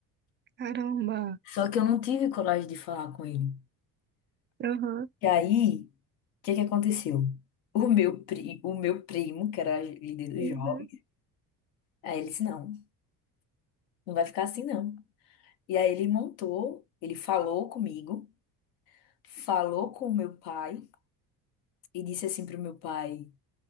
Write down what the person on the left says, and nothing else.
Só que eu não tive coragem de falar com ele.
E aí, o que que aconteceu? O meu, pri, o meu primo, que era líder dos
jovens, aí ele disse: Não, não vai ficar assim não. E aí ele montou, ele falou comigo. falou com o meu pai e disse assim pro meu pai: